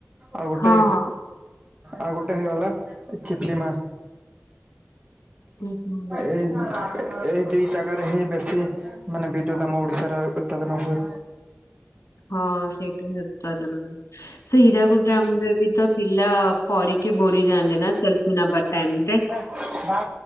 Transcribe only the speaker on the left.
ହଁ ହଁ
ହୁଁ। ହୁଁ।
ହଁ ସେଇଟା ହିଁ ଉତ୍ପାଦନ ହୁଏ। ସେ ହୀରାକୁୁଦ ଡ୍ୟାମ ରେ ବି ତ ପିଲା ପଡିକି ବୁଡିଯାନ୍ତି ନା ସେଲ୍ଫି ନବା ଟାଇମରେ।